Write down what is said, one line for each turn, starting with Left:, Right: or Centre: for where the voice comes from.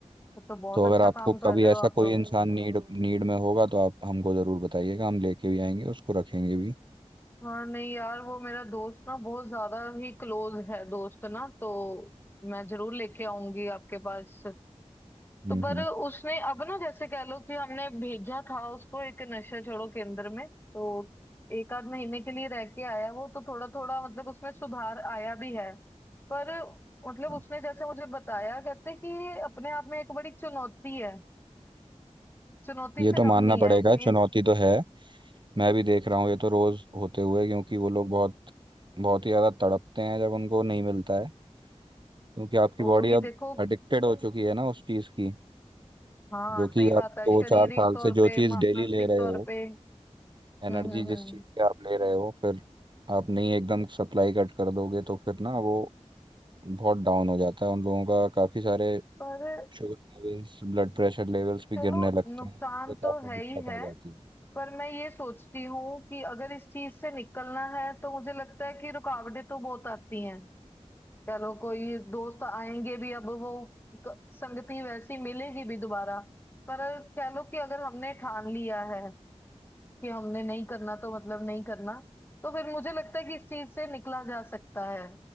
Left: ये तो बहुत
Right: तो
Left: अच्छा
Right: अगर आपको
Left: काम कर
Right: कभी
Left: रहे हो
Right: ऐसा
Left: आप
Right: कोई
Left: लोग
Right: इंसान नीड नीड में होगा तो आप हमको ज़रूर बताइएगा हम लेके भी आएंगे उसको रखेंगे भी
Left: हाँ नहीं यार वो मेरा दोस्त ना बहुत ज्यादा ही क्लोज है दोस्त ना तो मैं जरूर लेके आऊंगी आपके पास
Right: हम्म
Left: तो पर
Right: हम्म।
Left: उसने अब ना जैसे कह लो कि हमने भेजा था उसको एक नशा छोड़ो केंद्र में तो एक आध महीने के लिए रह के आया वो तो थोड़ा थोड़ा मतलब उसमें सुधार आया भी है पर मतलब
Right: हम्म।
Left: उसने जैसे मुझे बताया कहते कि ये अपने आप में एक बड़ी चुनौती है चुनौती
Right: ये
Left: से
Right: तो मानना
Left: कम नहीं
Right: पड़ेगा
Left: है कि
Right: चुनौती तो है मैं भी देख रहा हूँ ये तो रोज़ होते हुए क्योंकि वो लोग बहुत बहुत ही ज़्यादा तड़पते हैं जब उनको नहीं मिलता है क्योंकि आपकी
Left: वो
Right: बॉडी
Left: भी
Right: अब
Left: देखो
Right: एडिक्टेड हो चुकी है ना उस चीज़ की
Left: हाँ
Right: जो
Left: सही
Right: कि
Left: बात
Right: आप
Left: है
Right: दो
Left: शारीरिक
Right: चार साल
Left: तौर
Right: से जो
Left: पे
Right: चीज़
Left: मानसिक
Right: डेली ले रहे
Left: तौर
Right: हो
Left: पे
Right: एनर्जी
Left: हम्म हम्म
Right: जिस
Left: हम्म
Right: चीज़ से आप ले रहे हो फिर आप नहीं एकदम सप्लाई कट कर दोगे तो फिर ना वो बहुत डाउन हो जाता है उन लोगों का काफ़ी सारे
Left: पर
Right: sugar levels blood pressure levels भी
Left: चलो
Right: गिरने लगते
Left: नुकसान
Right: हैं उससे काफ़ी
Left: तो है
Right: दिक्कत
Left: ही है
Right: आ जाती है
Left: पर मैं ये सोचती हूँ कि अगर इस चीज से निकलना है तो मुझे लगता है कि रुकावटें तो बहुत आती हैं कह लो कोई दोस्त आएंगे भी अब वो क- संगति वैसी मिलेगी भी दोबारा पर कह लो कि अगर हमने ठान लिया है कि हमने नहीं करना तो मतलब नहीं करना तो फिर मुझे लगता है कि इस चीज से निकला जा सकता है